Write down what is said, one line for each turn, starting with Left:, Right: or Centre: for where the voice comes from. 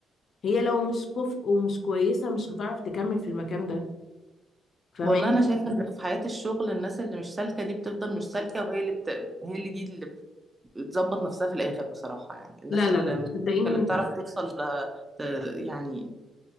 Left: هي لو مش كفء ومش كويسة مش هتعرف تكمل في المكان ده فاهماني؟
Right: والله انا شايفة ان في حياة الشغل الناس اللي مش سالكة دي بتفضل مش سالكة وهي اللي بت... هي اللي دي اللي بتظبط نفسها في الاخر بصراحة يعني الناس
Left: لا
Right: اللي
Left: لا لا
Right: مش
Left: صدقيني
Right: سالكة اللي بتعرف
Left: لا
Right: توصل ل- ت- يعني